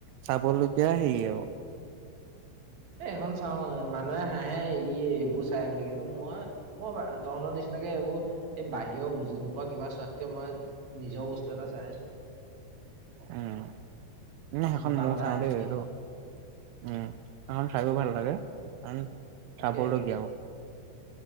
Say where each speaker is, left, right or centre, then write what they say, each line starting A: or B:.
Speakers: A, on the right; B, on the right.
A: চাবলগীয়া হেৰি আৰু।
B: এ এইখন চাওঁ, মানুহে হাঁহে ই এইবোৰ চাই বুলি। কিন্তু মই মই তহঁতৰ নিচিনাকে, এইবোৰ এই বাহিৰৰ বুজি নোপোৱা কিবা চোৱাতকে মই নিজৰ বস্তু এটা চাই আছোঁ।
A: উম, সেইখন
B: দুটা
A: মইয়ো
B: কথা
A: চাওঁ
B: শিকিম
A: দেই, সেইটো
B: ৰ
A: উম, সেইখন চাইও ভাল লাগে, কাৰন
B: তাকে
A: চাবলগীয়াও।